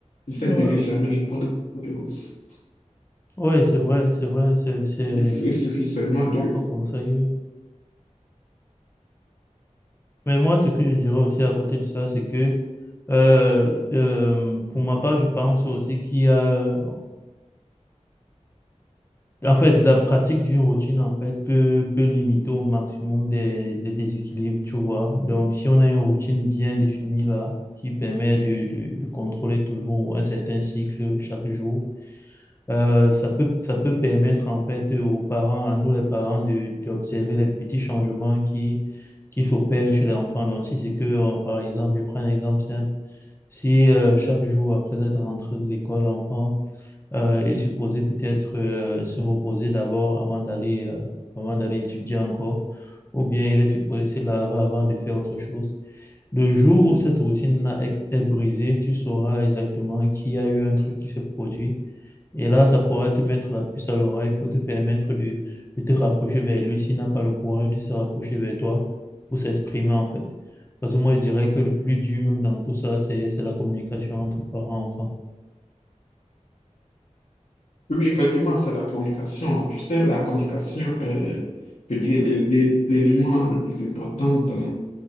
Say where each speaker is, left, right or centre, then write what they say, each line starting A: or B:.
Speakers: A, on the left; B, on the left.
A: Essaie
B: oui,
A: de ne jamais répondre pour violence.
B: oui, c'est vrai, c'est vrai, c'est c'est-
A: Il, f- il suffit seulement
B: c'est
A: de...
B: bon comme conseil, oui. Mais moi, ce que je dirais aussi à côté de ça, c'est que euh, euh, pour ma part, je pense aussi qu'il y a... En fait, la pratique d'une routine, en fait, peut, peut limiter au maximum des, des déséquilibres, tu vois. Donc, si on a une routine bien définie là, qui permet de, de, de contrôler toujours un certain cycle chaque jour, euh, ça peut, ça peut permettre en fait euh, aux parents, à nous les parents, de, d'observer les petits changements qui, qui s'opèrent chez l'enfant. Donc, si c'est que, euh, par exemple, je prends un exemple simple, si euh, chaque jour après être rentré de l'école, l'enfant euh, est supposé peut-être euh, se reposer d'abord avant d'aller euh, avant d'aller étudier encore, ou bien il est supposé se laver avant de faire autre chose. Le jour où cette routine est, est brisée, tu sauras exactement qu'il y a eu un truc qui s'est produit et là, ça pourra te mettre la puce à l'oreille pour te permettre de, de te rapprocher vers lui s'il n'a pas le courage de se rapprocher vers toi pour s'exprimer, en fait. Parce que moi, je dirais que le plus dur, même dans tout ça, c'est, c'est la communication entre parents et enfants.
A: Oui, effectivement, c'est la communication. Tu sais, la communication est, je dirais, l'é- l'é- l'élément le plus important dans